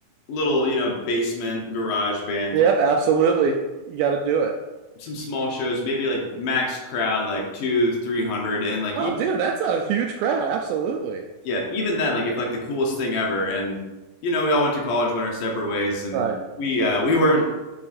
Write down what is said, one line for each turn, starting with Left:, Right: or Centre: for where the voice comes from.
Left: little, you know, basement garage band
Right: Yep,
Left: through
Right: absolutely. You got to do it.
Left: some small shows, maybe like max crowd, like two, three hundred, and like,
Right: Oh,
Left: e
Right: dude, that's a huge crowd. Absolutely.
Left: yeah, even then, like, if like the coolest thing ever. And you know, we all went to college, went our separate ways, and
Right: Right.
Left: we, uh, we weren't